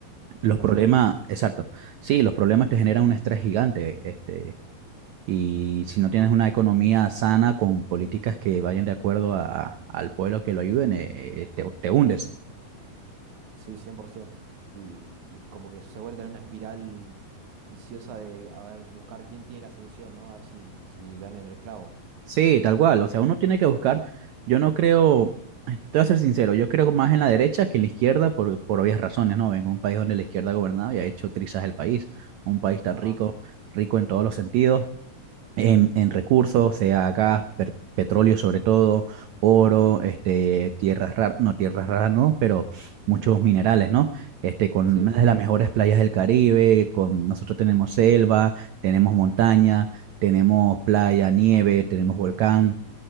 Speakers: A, on the right; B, on the right.
A: Los
B: Pero
A: problemas,
B: ayuda,
A: exacto. Sí, los problemas te generan un estrés gigante, este, y si no tienes una economía sana con políticas que vayan de acuerdo a, al pueblo que lo ayuden, eh, eh, te, te hundes.
B: sí, 100%. Y, y como que se vuelve en una espiral viciosa de, a ver, buscar quién tiene la solución, ¿no? A ver si, si dan en el clavo.
A: Sí, tal cual. O sea, uno tiene que buscar, yo no creo, eh, te voy a ser sincero, yo creo más en la derecha que en la izquierda por, por obvias razones, ¿no? Vengo de un país donde la izquierda ha gobernado y ha hecho trizas el país, un país tan
B: Ajá,
A: rico, rico en todos los sentidos, en, en recursos, sea gas, per- petróleo sobre todo, oro, este, tierras raras, no tierras raras no, pero muchos minerales, ¿no? Este, con
B: sí.
A: una de las mejores playas del Caribe, con nosotros tenemos selva, tenemos montaña, tenemos playa, nieve, tenemos volcán.